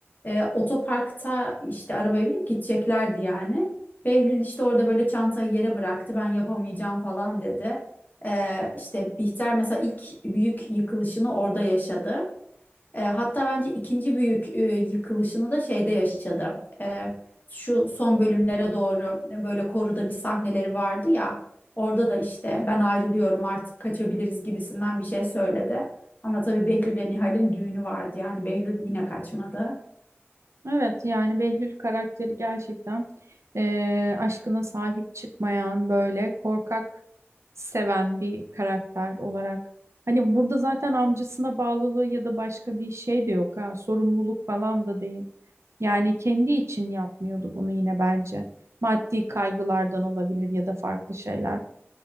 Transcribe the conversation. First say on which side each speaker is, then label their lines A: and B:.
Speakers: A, on the left; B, on the right.
A: e, otoparkta işte arabaya binip gideceklerdi yani. Behlül işte orada böyle çantayı yere bıraktı ben yapamayacağım falan dedi. E, işte Bihter mesela ilk büyük yıkılışını orada yaşadı. E, hatta bence ikinci büyük e, yıkılışını da şeyde yaşadı. E, şu son bölümlere doğru böyle koruda bir sahneleri vardı ya. Orada da işte ben ayrılıyorum artık kaçabiliriz gibisinden bir şey söyledi. Ama tabii Behlül ile Nihal'in düğünü vardı yani Behlül yine kaçmadı.
B: Evet yani Behlül karakteri gerçekten eee, aşkına sahip çıkmayan böyle korkak seven bir karakter olarak. Hani burada zaten amcasına bağlılığı ya da başka bir şey de yok ha sorumluluk falan da değil. Yani kendi için yapmıyordu bunu yine bence. Maddi kaygılardan olabilir ya da farklı şeyler.